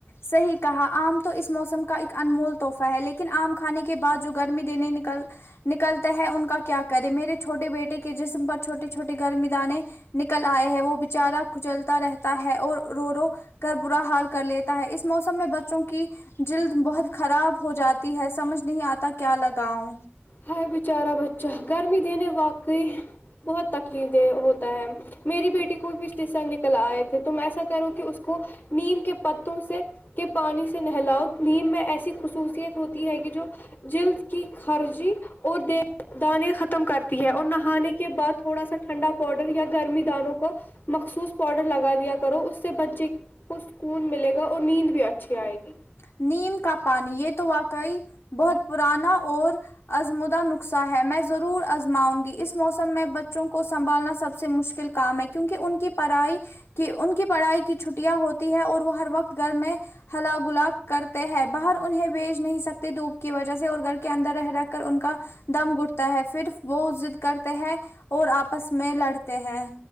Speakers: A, on the left (about 85°); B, on the left (about 55°).
A: صحیح کہا آم تو اس موسم کا ایک انمول توحفہ ہے لیکن آم کھانے کے کے بعد جو گرمی دینے نکل نکلتے ہے ان کا کیا کرے میرے چھوٹے بیٹے کے جسم پر چھوٹے چھوٹے گرمیدانیں نکل آئے ہے وہ بچارا کھچلتا رہتا ہے اور رو رو کر برا حال کر لے تا ہے اس موسم میں بچوں کی جلد بہت خراب ہو جاتی ہے سمجھ نہیں آتا کیا لگاؤ
B: ہائے بیچارا بچہ گرمی دینے واقعی بہت تکلیف دے ہوتا ہے میری بیٹی کو پچھلے سال نکل آئے تھے تم ایسا کرو کہ اس کو نیم کے پتوں سے کے پانی سے نہلاؤ نیم میں ایسی خصوصیت ہوتی ہے کہ جو جلد کی خرچ جی اور د دانے ختم کرتی ہے اور نہانے کے بعد تھوڑا سا ٹھنڈا پاؤڈر یا گرمی دانوں کو مخصوص پاؤڈر لگا دیا کرو اس سے بچے کو سکون ملے گا اور نیند بھی اچھی آئے گی
A: نیم کا پانی یہ تو واقعی بہت پرانا اور آزمودہ نخصہ ہے میں ضرور آزماؤں گی اس موسم میں بچوں کو سنبھالنا سب سے مشکل کام ہے کیونکہ ان کی پڑھائی کہ ان کی پڑھائی کی چھٹیاں ہوتی ہے اور وہ ہر وقت گھر میں ہلا بلا کرتے ہیں باہر انہیں بھیج نہیں سکتے دھوپ کی وجہ سے اور گھر کے اندر رہ رہ کر ان کا دم گٹتا ہے پھر وہ ضد کرتے ہے اور آپس میں لڑتے ہیں